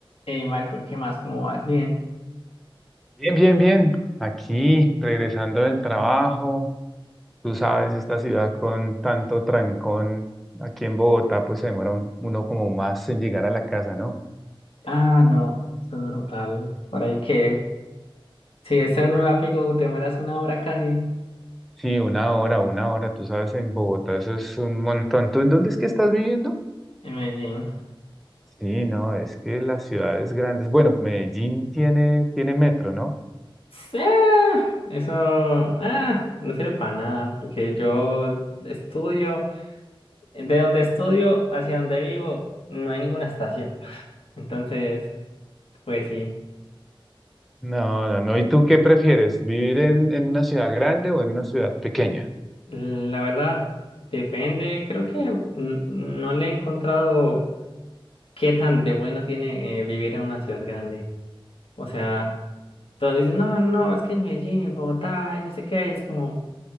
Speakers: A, on the left; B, in the centre.
A: Hey Marco, ¿qué más? ¿Cómo vas? Bien.
B: Bien, bien, bien. Aquí, regresando del trabajo, tú sabes, esta ciudad con tanto trancón, aquí en Bogotá, pues se demora un- uno como más en llegar a la casa, ¿no?
A: Ah, no, esto es brutal. Por ahí que, si ese no era pico, te mueras una hora casi
B: Sí, una hora, una hora, tú sabes, en Bogotá eso es un montón. ¿Tú en dónde es que estás viviendo?
A: en Medellín.
B: Sí, no, es que las ciudades grandes, bueno, Medellín tiene, tiene metro, ¿no?
A: Sí, eso ah, no sirve para nada, porque yo estudio, de donde estudio hacia donde vivo, no hay ninguna estación. Entonces, pues sí,
B: No, no, no. ¿Y tú qué prefieres? ¿Vivir en, en una ciudad grande o en una ciudad pequeña?
A: la verdad depende, creo que n- no le he encontrado qué tan de bueno tiene eh, vivir en una ciudad grande. O sea... Todos dicen, no, no, es que en Medellín, en Bogotá, y no sé qué, y es como,